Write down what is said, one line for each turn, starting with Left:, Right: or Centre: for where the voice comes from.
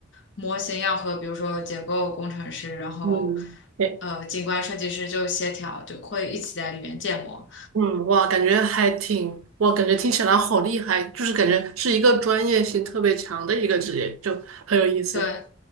Left: 模型要和比如说结构工程师，然后
Right: 嗯，哎，
Left: 呃景观设计师就协调，就会一起在里面建模。
Right: 嗯，哇，感觉还挺，哇，感觉听起来好厉害，就是感觉是一个专业性特别强的一个职业，就很有意思。
Left: 对，